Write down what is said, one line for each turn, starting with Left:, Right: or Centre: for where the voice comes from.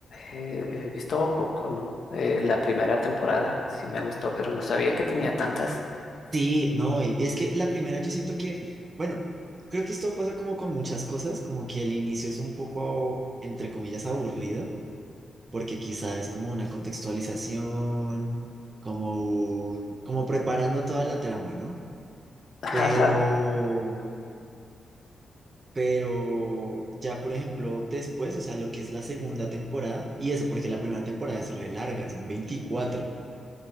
Left: Eh, he visto poco, ¿no? Eh, la primera temporada sí me gustó, pero no sabía que tenía tantas.
Right: Sí, no, y es que la primera yo siento que, bueno, creo que esto pasa como con muchas cosas, como que el inicio es un poco, entre comillas, aburrido, porque quizá es como una contextualización, como un, como preparando toda la trama, ¿no?
Left: <laughs>
Right: Pero, pero ya, por ejemplo, después, o sea, lo que es la segunda temporada, y eso, porque la primera temporada es re larga, son 24.